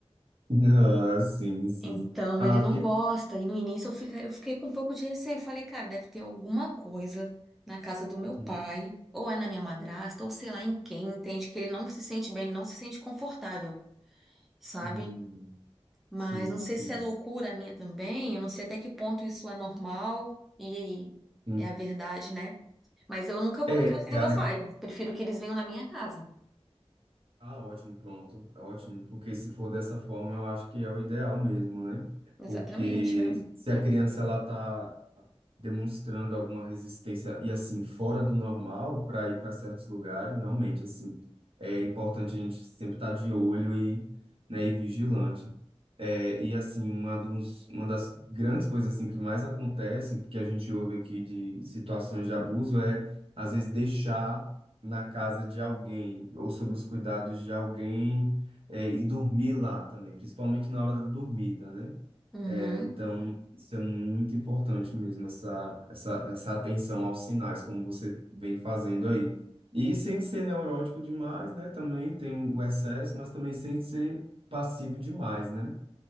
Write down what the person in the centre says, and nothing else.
Então,
ele
não gosta, e no início eu, fica, eu fiquei com um pouco de receio, falei, cara, deve ter alguma coisa na casa do meu
pai, ou é na minha madrasta, ou sei lá em quem, entende que ele não se sente bem, ele não se sente confortável, sabe?
Mas
não sei
se é loucura minha também, eu não sei até que ponto isso é normal e
é a verdade, né? Mas eu nunca vou
na casa
do meu
pai. Prefiro que eles venham na minha casa.
Exatamente,
né?
Uhum,